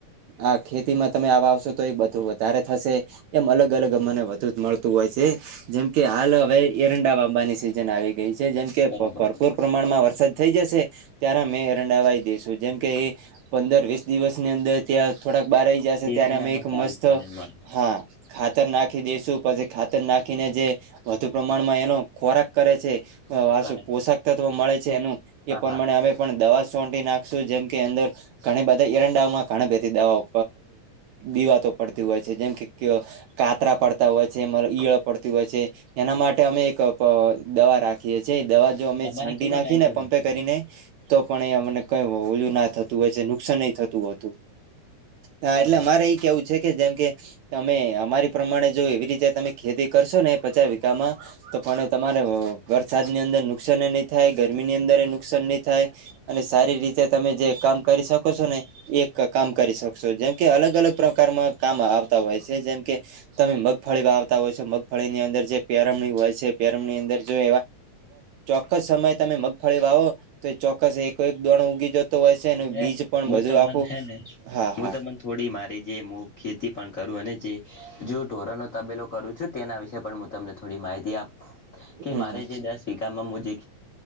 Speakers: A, on the right (about 70°); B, on the left (about 50°).
A: આ ખેતી. માં તમે આવા આવશો તો એ બધું વધારે થશે એમ અલગ અલગ મમને વધુ જ મળતું હોય છે. જેમકે હાલ હવે એરંડા વાબાની સિઝન આવી ગઈ છે જેમ કે
B: બરોબર
A: ભરપૂર પ્રમાણમાં વરસાદ થઈ જશે. ત્યારે અમે એ રરંડાવાઈ દેશું જેમ કે એ પંદર વીસ દિવસની અંદર ત્યાં. થોડાક બહાર આવી જશે
B: એરંડામાં
A: ત્યારે અમે એક
B: સારું
A: મસ્ત
B: ઉત્પાદન મળે
A: હા ખાતર નાખી દેશું. પછી ખાતર નાખીને જે વધુ પ્રમાણમાં એનો ખોરાક કરે છે
B: કરે
A: પોશાક. મળે છે એનું એ
B: હા
A: પ્રમાણે
B: હા
A: અમે પણ દવા સોી નાખ. જેમ કે અંદર ઘણી બધા ઈરંડામાં ઘણી ભ દવાઓ. દીવાતો પડતી હોય છે જેમ કે કાતરા પડતા હોય. ઈળ પડતી હોય છે એના માટે અમે એક દવા રાખી નાખીએી દવા જો અમે
B: તમારે
A: છાંટી
B: કેટલો
A: નાખી
B: ટાઈમ
A: ને
B: થયો
A: પંપે
B: મગફળીને
A: કરીને તો પણ એ અમને. કઈ ઓલું ના થતું હોય છે નુકસાન નઈ થતું હો હતું હા એટલે
B: હમ
A: મારે એ કેવું. છે કે જેમ કે તમે અમારી પ્રમાણે જો એવી રીતે તમે ખેતી કરશો ને પચાસ વીિકામાં. તો પણ એ તમારે. વરસાદ ની અંદર નુકસાન એ નહી થાય ગરમી ની અંદર એ નુકસાન નહી થાય અને. સારી રીતે તમે જે કામ કરી શકો છો ને એક કામ કરી શકશો જેમ કે અલગ અલગ. પ્રકારમાં કામ આવતા હોય છે જેમ કે. તમે મગફળી વા આવતા હોય છો મગફળી ની અંદર જે પેરમની હોય છે પેરમની અંદર. જો ચોક્કસ સમયે તમે મગફળી વાવો તો એ ચોક્કસ. કોઈક દોણ ઉગી જતો હોય છે
B: હવે
A: બીજ પણ
B: હું
A: બધું
B: તમન
A: આખું
B: હે ને
A: હા
B: હું
A: હા.
B: તમન થોડી મારી જે હું ખેતી પણ કરું અને જે. જો ઢોરનોો તબેલો કરું છું તેના વિશેે પણ હું તમને થોડી માહિતી આપ. કે
A: હમ
B: મારે
A: હમ
B: જે દસ વિકામાં જે